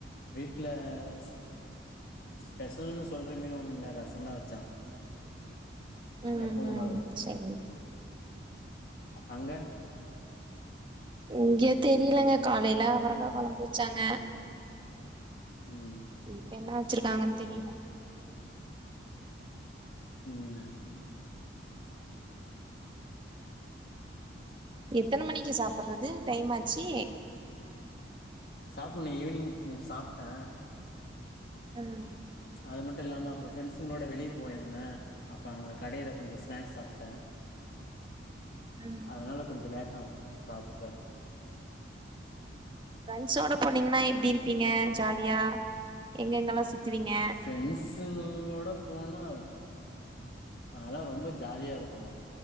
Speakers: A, on the left (about 55°); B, on the right (about 25°).
A: வீட்ல ச் ஸ்பெஷல்ன்னு சொல்ற மாரி ஒண்ணு இல்லே ரச தா வெச்சாங்க
B: ம்
A: எப்பவு
B: ம்
A: போலதா
B: சரி
A: அங்க
B: இங்கே தெரிலங்க காலைல அவரக்கா கொழம்பு வச்சாங்க
A: ம்
B: இப்ப என்ன வச்சிருக்காங்கன் தெரில
A: ம்
B: எத்தன மணிக்கு சாப்பர்றது டைம் ஆச்சி
A: சாப்புன்னு ஈவினிங் சாப்டே
B: ம்
A: அது மட்டு இல்லாம அப்ற ஃப்ரெண்ட்ஸுங்ளோட வெளிய போயிருந்தே அப்ப அங்க கடைல கொஞ்ச ஸ்நாக்ஸ் சாப்டே
B: ம்
A: அதனால கொஞ்ச லேட்டாவு சாப்பிர்றக்கு
B: ப்ரெண்ஸோட போனீங்கனா எப்டிருப்பிங்க ஜாலியா எங்க எங்கலா சுத்துவீங்க
A: பிரெண்ட்ஸுங்களோட போனா அது அதலா ரொம்ப ஜாலியாருக்கு